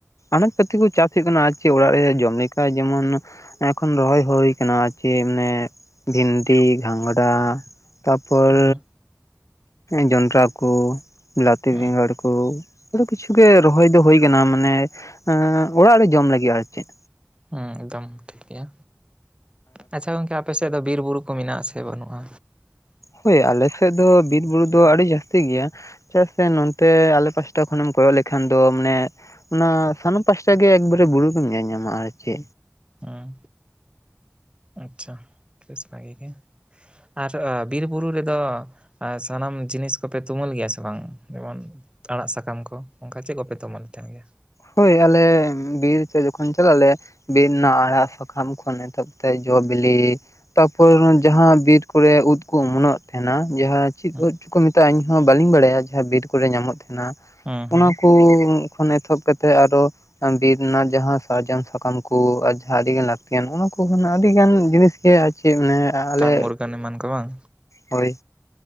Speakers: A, on the left (about 85°); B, on the right (about 20°).
A: ᱟᱱᱟᱡ ᱯᱟᱹᱛᱤ ᱠᱚ ᱪᱟᱥ ᱦᱩᱭᱩᱜ ᱠᱟᱱᱟ ᱟᱨ ᱪᱮ ᱚᱲᱟᱜ ᱨᱮ ᱡᱚᱢ ᱞᱮᱠᱟ ᱡᱮᱢᱚᱱ ᱮᱠᱷᱚᱱ ᱨᱚᱦᱚᱭ ᱦᱳᱭ ᱠᱟᱱᱟ ᱟᱨ ᱪᱮ ᱢᱟᱱᱮ ᱵᱷᱤᱱᱰᱤ ᱜᱷᱟᱝᱜᱽᱨᱟ ᱛᱟᱯᱚᱨ
B: ᱦᱩᱸ
A: ᱡᱚᱸᱱᱰᱨᱟ ᱠᱩ ᱵᱤᱞᱟᱛᱤ
B: ᱦᱩᱸ
A: ᱵᱮᱸᱜᱟᱲ ᱠᱩ ᱟᱰᱤ ᱠᱤᱪᱷᱩ ᱜᱮ ᱨᱚᱦᱚᱭ ᱫᱚ ᱦᱳᱭ ᱠᱟᱱᱟ ᱢᱟᱱᱮ ᱚᱲᱟᱜ ᱨᱮ ᱡᱚᱢ ᱞᱟᱹᱜᱤᱫ ᱟᱨ ᱪᱮᱫ
B: ᱦᱩᱸ ᱮᱠᱫᱚᱢ ᱴᱷᱤᱠ ᱜᱮᱭᱟ ᱟᱪᱪᱷᱟ ᱜᱚᱝᱠᱮ ᱟᱯᱮ ᱥᱮᱫ ᱫᱚ ᱵᱤᱨ ᱵᱩᱨᱩ ᱠᱚ ᱢᱮᱱᱟᱜᱼᱟ ᱥᱮ ᱵᱟᱹᱱᱩᱜᱼᱟ
A: ᱦᱳᱭ ᱟᱞᱮᱥᱮᱫ ᱫᱚ ᱵᱤᱨ ᱵᱩᱨᱩ ᱫᱚ ᱟᱹᱰᱤ ᱡᱟᱹᱥᱛᱤ ᱜᱮᱭᱟ ᱪᱮᱫᱟᱜ ᱥᱮ ᱱᱚᱛᱮ ᱟᱞᱮ ᱯᱟᱥᱴᱟ ᱠᱷᱚᱱᱮᱢ ᱠᱚᱭᱚᱜ ᱞᱮᱠᱷᱟᱱ ᱫᱚ ᱢᱟᱱᱮ ᱚᱱᱟ ᱥᱟᱱᱟᱢ ᱯᱟᱥᱴᱟ ᱜᱮ ᱮᱠᱵᱟᱨᱮ ᱵᱩᱨᱩ ᱜᱮᱢ ᱧᱮᱞ ᱧᱟᱢᱟ ᱟᱨ ᱪᱮ
B: ᱦᱩᱸ ᱟᱪᱪᱷᱟ ᱵᱮᱥ ᱵᱷᱟᱜᱮ ᱜᱮ ᱟᱨ ᱵᱤᱨ ᱵᱩᱨᱩ ᱨᱮᱫᱚ ᱟᱨ ᱥᱟᱱᱟᱢ ᱡᱤᱱᱤᱥ ᱠᱚᱯᱮ ᱛᱩᱢᱟᱹᱞ ᱜᱮᱭᱟ ᱥᱮ ᱵᱟᱝ ᱡᱮᱢᱚᱱ ᱟᱲᱟᱜ ᱥᱟᱠᱟᱢ ᱠᱚ ᱚᱱᱠᱟ ᱪᱮᱫ ᱠᱚᱯᱮ ᱛᱩᱢᱟᱹᱞᱮᱫ ᱛᱟᱦᱮᱱ ᱜᱮᱭᱟ
A: ᱦᱳᱭ ᱟᱞᱮ ᱵᱤᱨ ᱛᱮ ᱡᱚᱠᱷᱚᱱ ᱪᱟᱞᱟᱜ ᱟᱞᱮ ᱵᱤᱨ ᱨᱮᱱᱟᱜ ᱟᱲᱟᱜ ᱥᱟᱠᱟᱢ ᱠᱷᱚᱱ ᱮᱛᱚᱦᱚᱵ ᱠᱟᱛᱮ ᱡᱚ ᱵᱮᱞᱮ ᱛᱟᱯᱚᱨ ᱡᱟᱦᱟᱸ ᱵᱤᱨ ᱠᱚᱨᱮ ᱩᱫ ᱠᱚ ᱚᱢᱚᱱᱚᱜ ᱛᱟᱦᱮᱱᱟ ᱡᱟᱦᱟᱸ ᱪᱮᱫ
B: ᱦᱩᱸ
A: ᱩᱫ ᱪᱚᱠᱚ ᱢᱮᱛᱟᱜᱼᱟ ᱟᱞᱤᱧ ᱦᱚ ᱵᱟᱹᱞᱤᱧ ᱵᱟᱲᱟᱭᱟ ᱡᱟᱦᱟᱸ ᱵᱤᱨ ᱠᱚᱨᱮ ᱧᱟᱢᱚᱜ ᱛᱟᱦᱮᱱᱟ
B: ᱦᱩᱸ ᱦᱩᱸ
A: ᱚᱱᱟ ᱠᱚ ᱠᱷᱚᱱ ᱮᱛᱚᱦᱚᱵ ᱠᱟᱛᱮ ᱟᱨᱚ ᱵᱤᱨ ᱨᱮᱱᱟᱜ ᱡᱟᱦᱟᱸ ᱥᱟᱨᱡᱚᱢ ᱥᱟᱠᱟᱢ ᱠᱚ ᱟᱨ ᱡᱟᱦᱟᱸ ᱟᱹᱰᱤᱜᱟᱱ ᱞᱟᱹᱠᱛᱤᱭᱟᱱ ᱚᱱᱟ ᱠᱚ ᱠᱷᱚᱱᱟᱜ ᱟᱹᱰᱤᱜᱟᱱ ᱡᱤᱱᱤᱥ ᱪᱮ ᱟᱨ ᱪᱮᱫ ᱢᱟᱱᱮ ᱟᱞᱮ
B: ᱨᱟᱱ ᱢᱩᱨᱜᱟᱹᱱ ᱮᱢᱟᱱ ᱠᱚ ᱵᱟᱝ
A: ᱦᱳᱭ